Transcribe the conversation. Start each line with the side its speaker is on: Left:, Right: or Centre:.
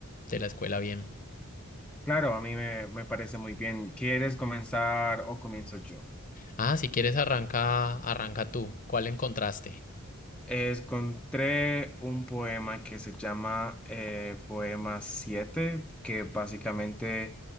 Left: de la escuela bien.
Centre: Claro, a mí me, me parece muy bien. ¿Quieres comenzar o comienzo yo?
Left: Ah, si quieres arranca, arranca tú. ¿Cuál encontraste?
Centre: Encontré un poema que se llama eh, Poema 7, que básicamente